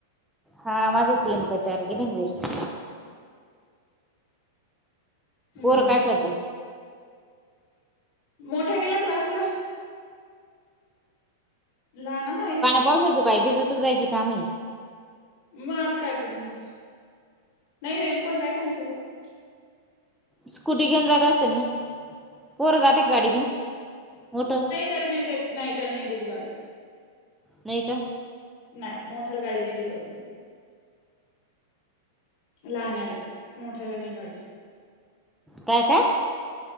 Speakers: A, in the centre; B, on the left (about 55°).
A: हा माझे तीन का चार गेले वेस्ट
B: हम्म
A: पोर काय करत्या
B: मोठा गेला क्लासला लहाना हाये
A: पावसाचेबाई भिजतच जायची काम ये
B: म आता काय करणारे नाही रेनकोट आहे त्यांच्या क
A: स्कुटी घेऊन जात असतील ना पोर जात्याका गाडी घेऊन मोठं
B: चल नाही देत नाही त्या ला नाही देत गाडी
A: नही का
B: नाय मोठ्या ला गाडी नाही देत अजून लहाण्यालाच मोठ्याला नाही गाडी
A: काय काय